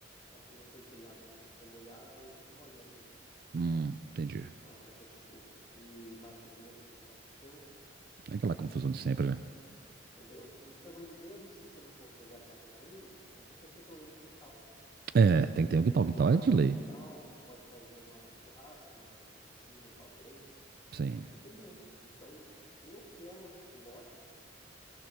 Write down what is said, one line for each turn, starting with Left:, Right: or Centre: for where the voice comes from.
Left: aqui não tem telhado em todo que é lugar e fica molhando ainda.
Right: Hum, entendi.
Left: Agora na época de chuva. E bate vento, derruba no chão,
Right: É aquela confusão de sempre, né?
Left: entendeu? E também, mesmo se você não fosse fazer a casa grande, é bom você ter pelo menos um quintal.
Right: É, tem que ter um quintal. Quintal
Left: Fica
Right: é
Left: lá
Right: de
Left: pro
Right: lei.
Left: quintal, pode fazer uma área de churrasco, uma piscina, talvez.
Right: Sim,
Left: Tem que ver. Então, eu quero o lote,